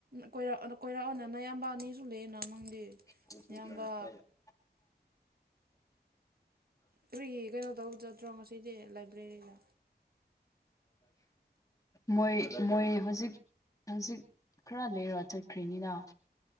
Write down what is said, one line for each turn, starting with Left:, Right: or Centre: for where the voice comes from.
Right: ꯀꯣꯏꯔꯛ ꯀꯣꯏꯔꯥꯛꯑꯣꯅ ꯅꯌꯥꯝꯕ ꯑꯅꯤꯁꯨ ꯂꯩꯌꯦꯅ ꯅꯪꯗꯤ
Left: <unintelligible>
Right: ꯏꯌꯥꯝꯕ ꯀꯔꯤ ꯀꯩꯅꯣ ꯇꯧ ꯆꯠꯇ꯭ꯔꯣ ꯉꯁꯤꯗꯤ ꯂꯥꯏꯕ꯭ꯔꯦꯔꯤꯗ
Left: ꯃꯣꯏ ꯃꯣꯏ ꯍꯧꯖꯤꯛ ꯍꯧꯖꯤꯛ ꯈꯔ ꯂꯩꯔꯣ ꯆꯠꯈ꯭ꯔꯤꯅꯤꯅ